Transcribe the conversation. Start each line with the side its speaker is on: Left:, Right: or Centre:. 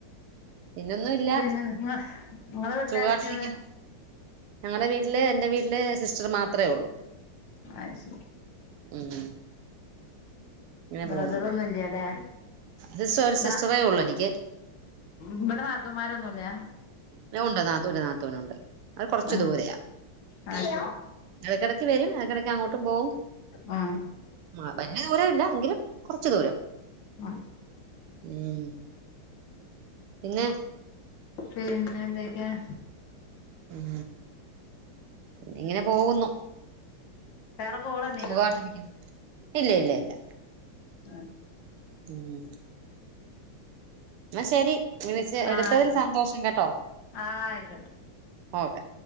Right: പിന്നൊന്നും ഇല്ല
Left: പിന്നെ നിങ്ങളെ നിങ്ങളെ വീട്ടിലാരക്കയാള്ളെ
Right: സുഖായിട്ടിരിക്കുന്നു ഞങ്ങടെ വീട്ടില് എന്റ് വീട്ടില് സിസ്റ്റർ മാത്രേ ഒള്ളു
Left: അത് ശരി
Right: ഉം ഇങ്ങനെ
Left: ബ്രദറൊന്നും
Right: പോന്നു
Left: ഇല്യാല്ലേ
Right: സിസ്റ്റർ ഒരു
Left: <unintelligible>
Right: സിസ്റ്ററേ ഉള്ളൂ എനിക്ക്
Left: ഇവിടെ നാത്തുന്മാരൊന്നുംല്യാ
Right: ഒണ്ട് നാത്തൂന് നാത്തൂനൊണ്ട് അത് കൊറച്ചു
Left: ആ
Right: ദൂരയാ
Left: ആ ശരി
Right: എടക്കിടക്ക് വരും എടക്കിടക്ക് അങ്ങോട്ടും പോകും
Left: ഉം
Right: മാ വല്യ ദൂരം ഇല്ല എങ്കിലും കുറച്ച് ദൂരം
Left: ഉം
Right: ഉം പിന്നെ
Left: പിന്നെന്തൊക്കെയാ
Right: ഉം പിന്നെ ഇങ്ങനെ പോകുന്നു
Left: വേറെ കോള് വന്നീനോ
Right: സഖായിട്ടിരിക്കുന്നു ഇല്ല ഇല്ല ഇല്ല
Left: ആഹ്
Right: ഉം എന്ന ശെരി വിളച്ച്
Left: ആ
Right: എടുത്തതിൽ
Left: ആയിക്കോട്ടെ
Right: സന്തോഷം കേട്ടോ
Left: ആ ആയിക്കോട്ടെ
Right: ഓക്കെ